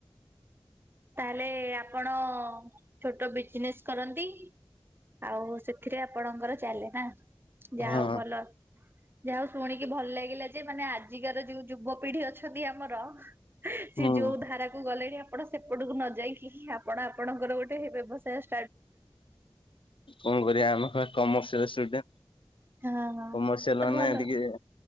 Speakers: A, on the right; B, on the left.
A: ତାହେଲେ ଆପଣ ଛୋଟ ବିଜନେସ୍ କରନ୍ତି ଆଉ ସେ ଏଥିରେ ଆପଣଙ୍କର ଚାଲେ ନା ଯା
B: ହଁ
A: ହଉ ଭଲ। ଯାହାଉ ଶୁଣିକି ଭଲ ଲାଗିଲା ଯେ ମାନେ ଆଜିକାର ଯୋଉ ଯୁବପିଢ଼ି ଅଛନ୍ତି ଆ ଆମର ସେ
B: ହୁଁ
A: ଯୋଉ ଧାରାକୁ ଗଲେଣି। ଆପଣ ସେପଟକୁ ନ ଯାଇକି ଆପଣ ଆପଣଙ୍କର ଗୋଟେ ବ୍ୟବସାୟ ଷ୍ଟା
B: କଣ କରିବା ଆମ କମସିଆଟ ସେଇଟା
A: ହଁ ହଁ
B: କମର୍ସିଆଲ
A: ତ ଭଲ
B: ମାନେ ଟିକେ